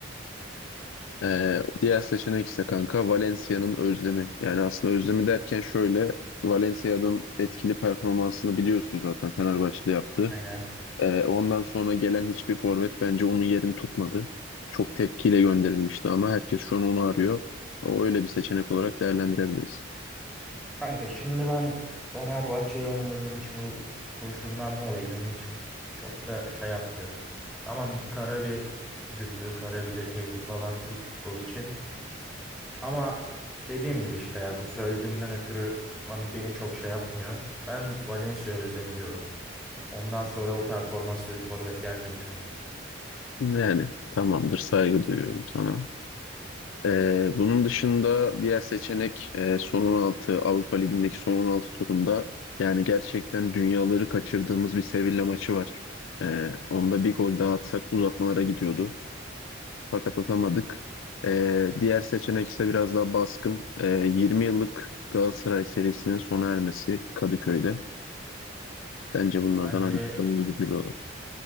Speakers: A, on the left; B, in the centre.
A: Ee, diğer seçenek ise kanka Valencia'nın özlemi. Yani aslında özlemi derken şöyle Valencia'nın etkili performansını biliyorsun zaten Fenerbahçe'de yaptı.
B: Aynen.
A: Ee, ondan sonra gelen hiçbir forvet bence onun yerini tutmadı. Çok tepkiyle gönderilmişti ama herkes şu an onu arıyor. O öyle bir seçenek olarak değerlendirebiliriz.
B: Kanka şimdi ben Fenerbahçeli olmadığım için bu kurşunlanma olayı benim için çok da şey yapmıyor. Tamam kara bir gündü, kara bir lekeydi falan Türk futbolu için. Ama dediğim gibi işte ya bu söylediğimden ötürü ben, beni çok şey yapmıyor. Ben Valencia özlemi diyorum. Ondan sonra o performansta bir forvet gelmedi çünkü.
A: Yani tamamdır saygı duyuyorum sana. Ee, bunun dışında diğer seçenek e, son 16 Avrupa Ligi'ndeki son 16 turunda yani gerçekten dünyaları kaçırdığımız bir Sevilla maçı var. Ee, onda bir gol daha atsak uzatmalara gidiyordu. Fakat atamadık. Ee, diğer seçenek ise biraz daha baskın. Ee, 20 yıllık Galatasaray serisinin sona ermesi Kadıköy'de. Bence bunlardan
B: Bence
A: hangisi daha üzücü bir olay?